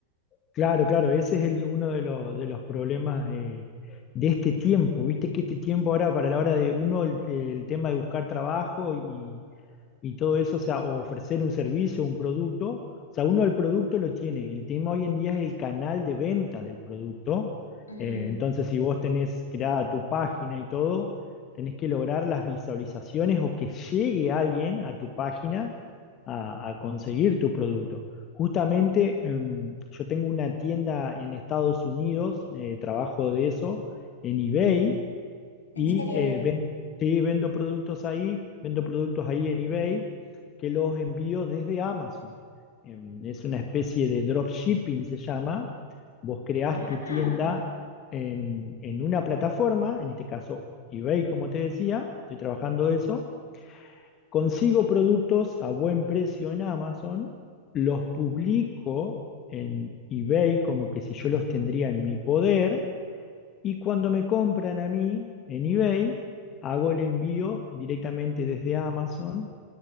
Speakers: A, on the left (about 30°); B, on the left (about 75°).
A: Claro, claro, ese es el- uno de los, de los problemas eh, de este tiempo. Viste que este tiempo ahora, para la hora de uno, el, el tema de buscar trabajo y, y todo eso, o sea, o ofrecer un servicio, un producto. O sea, uno el producto lo tiene. El tema hoy en día es el canal de venta del producto.
B: <laughs> Ujú.
A: Eh, entonces, si vos tenés creada tu página y todo, tenés que lograr las visualizaciones o que llegue alguien a tu página a, a conseguir tu producto. Justamente, eh, yo tengo una tienda en Estados Unidos, eh, trabajo de eso, en eBay,
B: Mm. ¿En
A: y
B: serio?
A: eh, ven- sí, vendo productos ahí, vendo productos ahí en eBay que los envío desde Amazon. Em, es una especie de dropshipping, se llama. Vos creás tu
B: Ajá.
A: tienda en, en una plataforma, en este caso eBay, como te decía, estoy trabajando de eso. Consigo productos a buen precio en Amazon, los publico en eBay como que si yo los tendría en mi poder y cuando me compran a mí en eBay, hago el envío directamente desde Amazon